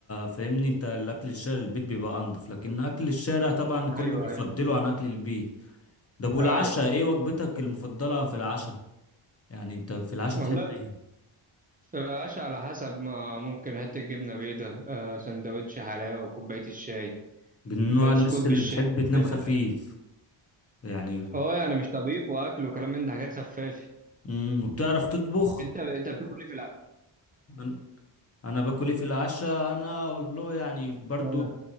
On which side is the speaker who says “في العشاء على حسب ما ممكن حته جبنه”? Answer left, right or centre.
Right